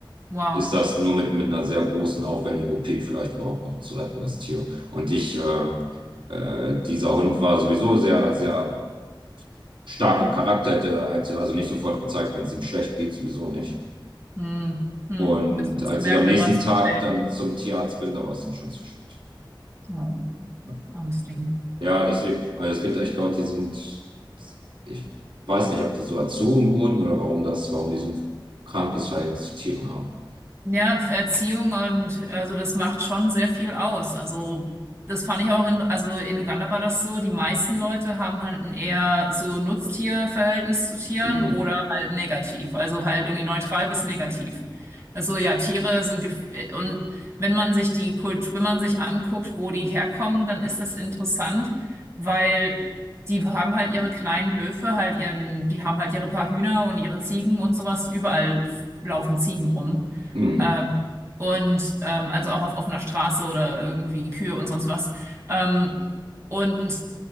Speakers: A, on the right (about 35°); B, on the right (about 75°).
A: Wow.
B: ist das nur mit, mit einer sehr großen, aufwendigen OP vielleicht überhaupt noch zu retten, das Tier. Und ich, äh, äh, dieser Hund war sowieso sehr, sehr starker Charakter, hätte, hätte also nicht sofort gezeigt, wenn es ihm schlecht geht, sowieso nicht.
A: Hm. Hm.
B: Und
A: Bis man es
B: als
A: gemerkt
B: ich am
A: hat,
B: nächsten
A: war es
B: Tag
A: spät.
B: dann zum Tierarzt bin, da war es dann schon zu spät.
A: Oh,
B: Ja,
A: armes Ding.
B: ja deswegen, also es gibt echt Leute, die sind, ich weiß nicht, ob die so erzogen wurden oder warum das, warum die so ein krankes Verhältnis zu Tieren haben.
A: Ja, Erziehung und also das macht schon sehr viel aus. Also das fand ich auch in, also in Uganda war das so, die meisten Leute haben halt ein eher so Nutztierverhältnis zu Tieren
B: Mhm.
A: oder halt negativ, also halt irgendwie neutral bis negativ. Also ja, Tiere sind gef äh, und wenn man sich die Kultur, wenn man sich anguckt, wo die herkommen, dann ist das interessant, weil die haben halt ihre kleinen Höfe, halt ihren, die haben halt ihre paar Hühner und ihre Ziegen und sowas, überall laufen Ziegen rum.
B: Mhm.
A: Ähm, und ähm, also auch auf offener Straße oder irgendwie Kühe und sonst was. Ähm, und